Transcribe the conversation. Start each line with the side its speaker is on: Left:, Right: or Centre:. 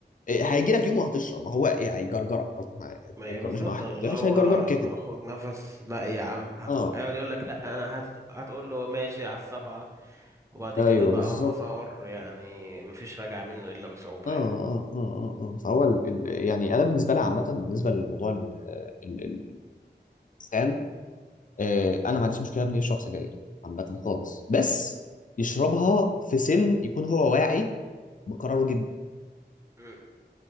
Left: إيه، هيجي لك يوم وهتشرب ما هو ايه هيجرجرك برضه مع- يعني،
Right: ما هي
Left: انت
Right: بالظبط
Left: لو ماشي مع واحد
Right: اللي
Left: وحش
Right: هو
Left: هيجرجرك كده كده
Right: خد نفس لا يا عم هت...
Left: اه
Right: هيقعد يقول لك لا انا هت... هتقول له ماشي على السبعه وبعد كده
Left: ايوه
Right: بقى
Left: بالظبط
Right: مسار يعني مفيش راجع منه الا بصعوبه
Left: اه
Right: يعني
Left: اه اه اه اه فهو ال... ال... يعني انا بالنسبه لي عامه بالنسبه للموضوع ال... ال... ال- الانسان آه انا ما عنديش مشكله ابني يشرب سجاير عامه خالص بس يشربها في سن يكون هو واعي بقراره جدا
Right: مم.